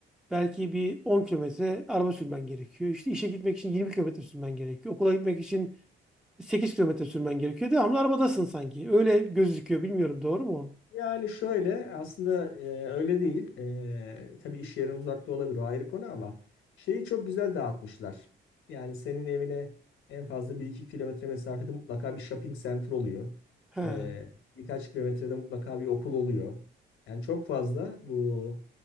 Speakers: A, in the centre; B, on the left.
A: Belki bir 10 kilometre araba sürmen gerekiyor. İşte işe gitmek için 20 kilometre sürmen gerekiyor. Okula gitmek için 8 kilometre sürmen gerekiyor. Devamlı arabadasın sanki. Öyle gözüküyor. Bilmiyorum doğru mu?
B: Yani şöyle aslında e, öyle değil. E, tabii iş yerin uzakta olabilir o ayrı konu ama şeyi çok güzel dağıtmışlar. Yani senin evine en fazla bir iki kilometre mesafede mutlaka bir shopping center oluyor.
A: He.
B: E, birkaç kilometrede mutlaka bir okul oluyor. Yani çok fazla bu